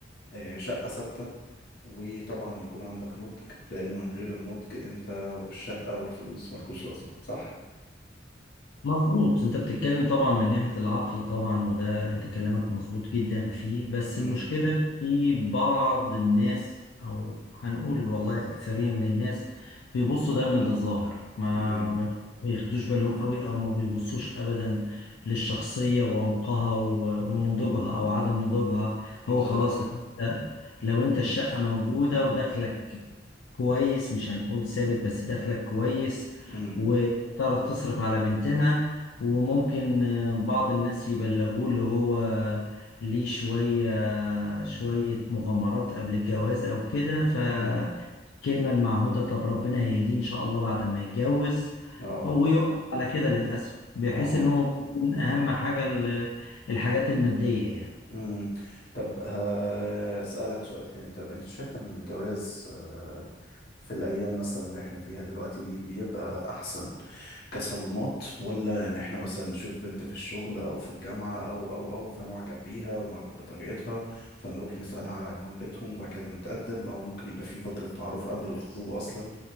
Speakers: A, on the left; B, on the left.
A: آه، شقة ثابتة وطبعا يكون عندك نضج لأن من غير النضج أنت والشقة والفلوس ملكوش لازمة صح؟
B: مظبوط انت بتتكلم طبعا من ناحية العقل طبعا وده انت كلامك مظبوط جدا فيه بس
A: أمم،
B: المشكلة إن في بعض الناس او هنقول والله اكثرية من الناس بيبصوا دايما للظاهر ما
A: أمم،
B: ما بياخدوش بالهم قوي او ما بيبصوش ابدا للشخصية وعمقها و- ونضوجها او عدم نضوجها
A: بالظبط
B: هو خلاص لو انت لو انت الشقة موجودة ودخلك كويس مش هنقول ثابت بس دخلك كويس
A: أمم،
B: تعرف تصرف على بنتنا وممكن آه، بعض الناس يبلغوه اللي هو ليه شوية شوية مغامرات قبل الجواز أو كده فالكلمة
A: أمم،
B: المعهودة طب ربنا هيهديه إن شاء الله بعد ما يتجوز
A: آه
B: ف- ويوافق على كده للأسف بحيث
A: آه
B: إن هم بيكون أهم حاجة ال- الحاجات المادية يعني
A: أمم. طب هسألك سؤال تاني طب أنت شايف إن الجواز آه، في الأيام مثلا اللي إحنا فيها دلوقتي دي بيبقى أحسن كصالونات ولا ان احنا مثلا نشوف بنت في الشغل او في الجامعة او او او فنعجب بيها ونعجب بطريقتها فنروح نسألها على عنوان بيتهم وبعد كده نتقدم او ممكن يبقى في فترة تعارف قبل الخطوبة اصلا